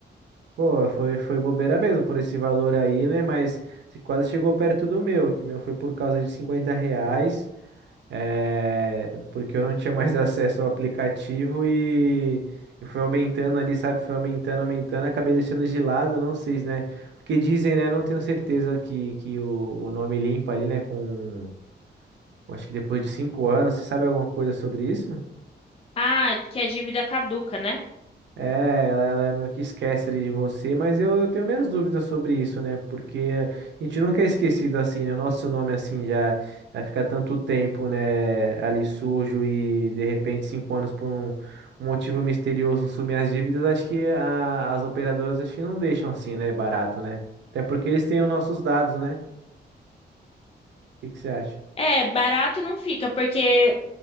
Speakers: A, on the right; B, on the left.
A: Pô, foi, foi bobeira mesmo por esse valor aí, né? Mas se quase chegou perto do meu, que o meu foi por causa de 50 reais, é, porque eu não tinha mais <laughs> acesso ao aplicativo e, e foi aumentando ali, sabe? Foi aumentando, aumentando, acabei deixando de lado, não sei, né? Porque dizem, né? Não tenho certeza que, que o, o nome limpa ali, né? Com Eu Acho que depois de cinco anos, você sabe alguma coisa sobre isso?
B: Ah, que a dívida caduca, né?
A: É, ela, ela meio que esquece ali de você, mas eu, eu tenho minhas dúvidas sobre isso, né? Porque a gente nunca é esquecido assim, né? O Nosso nome assim já, já fica tanto tempo, né? Ali sujo e de repente cinco anos por um, um motivo misterioso sumir as dívidas. Acho que a- as operadoras acho que não deixam assim, né? Barato, né? Até porque eles têm os nossos dados, né? O que que você acha?
B: É, barato não fica, porque